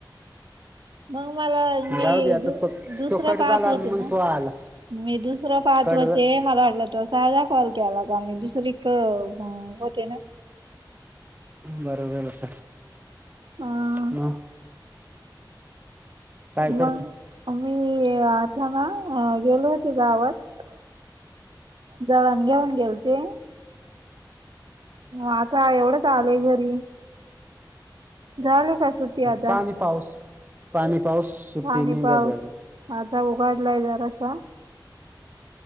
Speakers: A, on the right (about 80°); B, on the right (about 25°).
A: मग मला मी
B: जाऊ दे आता
A: दुसरं
B: तो तो कट झाला
A: पाहत होते
B: आणि मग
A: ना.
B: तो आला
A: मी दुसरं पाहत
B: कट
A: होते
B: झा-
A: मला वाटल त साधा कॉल केला होता आम्ही. दुसरी कडे म होते ना.
B: बरोबरच
A: अ
B: म काय करतो
A: मग मी आता ना गेलो होती गावात दळण घेऊन गेलते. आता एवढ्यात आली घरी. झाले का सुट्टी आता?
B: पाणी पाऊस- पाणी पाऊस सुुट्टी
A: पाणी
B: नाही
A: पाऊस
B: झाल आजुन.
A: आता उघाडलाय जरासा.